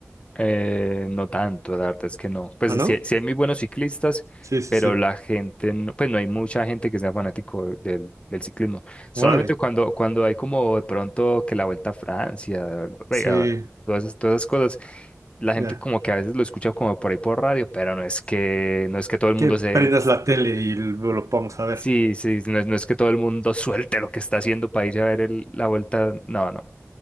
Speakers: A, on the left (about 25°); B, on the right (about 85°).
A: Eh, no tanto, la verdad es que no. Pues
B: ¿Ah, no?
A: sí, hay sí hay muy buenos ciclistas,
B: Sí, sí,
A: pero
B: sí.
A: la gente, no, pues no hay mucha gente que sea fanático del, del ciclismo. Solamente
B: Órale.
A: cuando, cuando hay como de pronto que la Vuelta a Francia, eh,
B: Sí,
A: ah, todas esas, todas esas cosas, la gente
B: ya.
A: como que a veces lo escucha como por ahí por radio, pero no es que, no es que todo el mundo
B: Que
A: se...
B: prendas la tele y lo lo vamos a ver.
A: Sí, sí, no es, no es que todo el mundo suelte lo que está haciendo para ir a ver el- la Vuelta. No, no.